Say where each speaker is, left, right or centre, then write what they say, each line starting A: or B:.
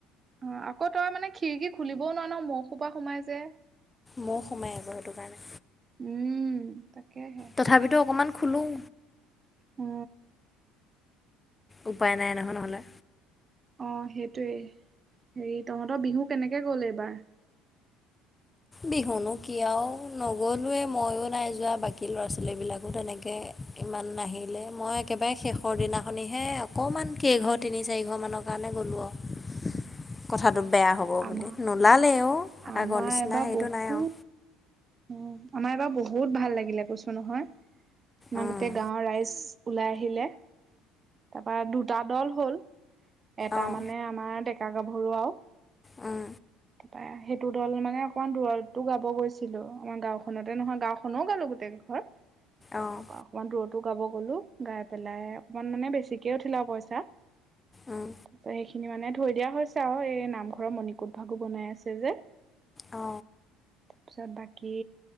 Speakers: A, on the right; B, on the left.
A: অ আকৌ তই মানে খিৰিকী খুলিবও নোৱাৰ ন মহোপা সোমাই যে।
B: ময়ো সোমাই আকো সেইটো কাৰণে
A: উম তাকেহে।
B: তথাপিতো অকণমান খুলুং।
A: উ
B: উপায় নাই নহয় নহ'লে।
A: অ সেইটোৱে। হেৰি তহঁতৰ বিহু কেনেকে গ'ল এইবাৰ? <unintelligible>
B: বিহুনো কি আৰু, নগলোৱে ময়ো নাই যোৱা বাকী ল'ৰা-ছোৱালীবিলাকো তেনেকে ইমান নাহিলে। মই একেবাৰে শেষৰ দিনাখনিহে অকমান কেইঘ তিনি চাৰিশমানৰ কাৰণে গ'লোঁ আৰু।
A: <inaudible>
B: কথাটো বেয়া হ'ব
A: আমাৰ
B: বুলি। নোলালে অ
A: আমাৰ
B: আগৰ নিচিনা
A: এবাৰ
B: হেৰিটো
A: বহুত
B: নাই আৰু।
A: উম আমাৰ এবাৰ বহুত ভাল লাগিলে কৈছো নহয় আমাৰ
B: উম।
A: গোটেই গাঁৱৰ ৰাইজ ওলাই আহিলে। তাৰপৰা দুটা দল হ'ল এটা
B: অঁ
A: মানে আমাৰ ডেকা গাভৰু আও
B: উম
A: পা সেইটো দল মানে অকণমান দূৰৰতো গাব গৈছিলোঁ আমাৰ গাঁওখনতে নহয় গাঁওখনো গালোঁ গোটেই কেইঘৰ <inaudible>
B: অঁ
A: তাপা অকণমান দূৰতো গাব গলো গাই পেলাই অকমান মানে বেছিকে উঠিলে আৰু পইচা।
B: উম
A: তাছত সেইখিনি মানে থৈ দিয়া হৈছে আৰু এই নামঘৰৰ মণিকুট ভাগো বনাই আছে যে।
B: অ
A: তাৰপিছত বাকী